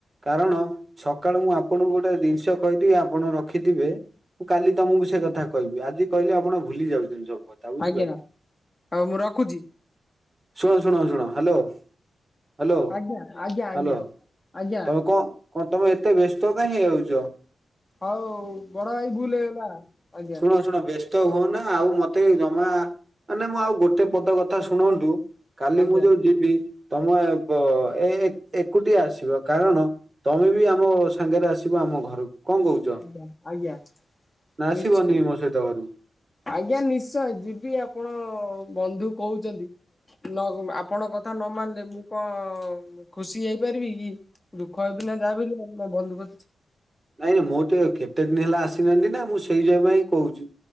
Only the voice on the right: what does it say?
କାରଣ, ସକାଳୁ ମୁଁ ଆପଣଙ୍କୁ ଗୋଟେ ଜିନିଷ କହିବି ଆପଣ ରଖିଥିବେ ମୁଁ କାଲି ତମକୁ ସେ କଥା କହିବି, ଆଜି କହିଲେ ଆପଣ ଭୁଲି ଯାଉଛନ୍ତି ସବୁ <unintelligible> କହିଲି
ଶୁଣ, ଶୁଣ, ଶୁଣ ହ୍ୟାଲୋ ହ୍ୟାଲୋ
ହ୍ୟାଲୋ
ତମେ କଣ କଣ ତମେ ଏତେ ବ୍ୟସ୍ତ କାହିଁ ହେଇଯାଉଛ
ଛଣ ବ ହୁଅ ନା ଆଉ ମତେ ଜମା ମାନେ ମୁଁ ଆଉ ଗୋଟେ ପଦ କଥା ଶୁଣନ୍ତୁ କାଲି
ମୁଁ ଯୋଉ ଯିବି ତମେ ଏ ଏକୁଟିଆ ଆସିବ କାରଣ ତମେ ବି ଆମ ସାଙ୍ଗରେ ଆସ ଆମ ଘରକୁ କଣ କହୁଛ
ନା ଆସିବନି
ମୋ ସହିତ ଘରକୁ
ନାଇଁ ନାଇଁ ମୁଁ ଟିକେ କେତେ ଦିନ ହେଲା ଆସିନାହାନ୍ତି ନା ମୁଁ ସେଇ ଜାଗ ପାଇଁ କହୁଛି